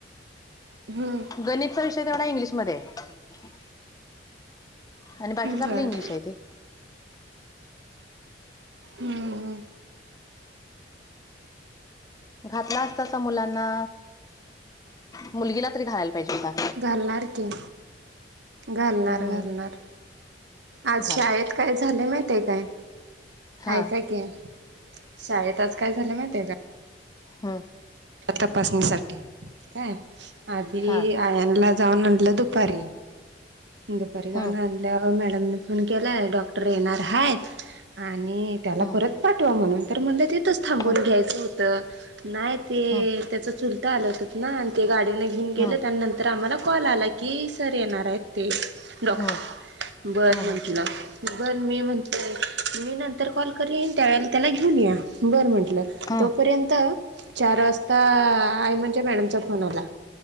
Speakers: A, on the right; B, on the left.
A: हम्म
B: गणितचा विषय तेवढा इंग्लिशमध्ये हाय. आणि बाकीच आपलं
A: बर
B: इंग्लिश हाय ते.
A: हम्म
B: घातला असतासा मुलांना मुलगीला तरी घालायला पाहिजे हुता.
A: घालणार की घालणार
B: हम्म
A: घालणार आज
B: घाल
A: शाळेत काय झालं माहिती हाय काय?
B: हा
A: आइका की शाळेत आज काय झालं माहिती हाय का.
B: हम
A: तपासणीसाठी काय आधी
B: हा
A: आयानला जाऊन आणलं दुपारी दुपारी जाऊन
B: हम्म
A: आण ल्याव मॅडमने फोन केलाय डॉक्टर येणार आहेत आणि त्याला
B: हम्म
A: परत पाठवा म्हणून तर म्हणलं तिथंच थांबून
B: हम्म
A: घ्यायचं होतं नाही ते
B: हम्म
A: त्याच चुलता आलं होत ना आणि ते गाडीन घेऊन गेल
B: हम्म
A: आणि नंतर आम्हाला कॉल आला की सर येणार आहेत ते. डॉक्टर
B: हम्म
A: बर
B: हम्म
A: म्हटलं बर मी म्हटलं मी नंतर कॉल करीण त्यावेळेला त्याला घेऊन या बरं म्हंटलं
B: हम्म
A: तोपर्यंत चार वाजता आईमाच्या मॅडमचा फोन आला.